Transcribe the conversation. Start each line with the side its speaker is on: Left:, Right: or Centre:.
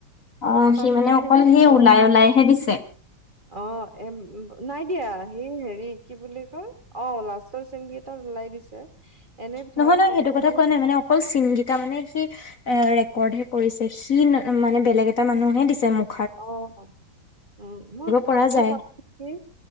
Left: অ সি
Right: <unintelligible>
Left: মানে অকল সেই ওলাই ওলাইহে দিছে
Right: নাই দিয়া সি হেৰি কি বুলি কয়, অঁ লাষ্টৰ চিনকেইটাত ওলাই দিছে, এনে ধৰা
Left: নহয় - নহয়
Right: প্ৰথমত
Left: সেইটো কথা কোৱা নাই মানে অকল চিনগেইটা মানে সি এ ৰেকৰ্ডহে কৰিছে সি মানে বেলেগ এটা মানুহে দিছে মোক।
Right: অহ ' উম, মই কি
Left: পৰা যায়
Right: প নেকি